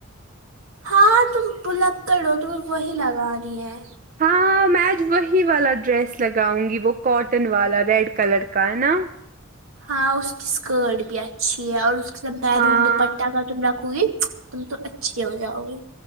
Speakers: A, on the right; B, on the right.
A: ہاں تم بھلکڑ تمہیں وہی لگاانی ہے
B: ہاں میں آج وہی والا ڈریس لگاؤں گی وہ کاٹن والا ریڈ کلر کا ہے نا
A: ہاں اس کی اسکرٹ بھی اچھی ہے اور اس کے میرون
B: ہاں
A: دوپٹہ کا تم رکھو گی تم تو اچھی ہو جاؤ گی